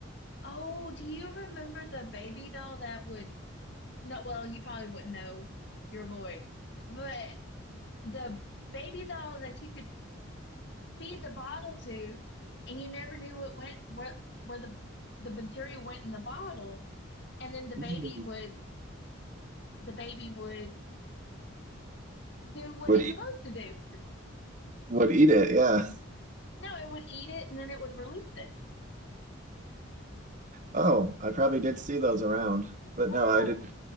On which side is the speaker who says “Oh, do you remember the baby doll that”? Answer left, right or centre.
Left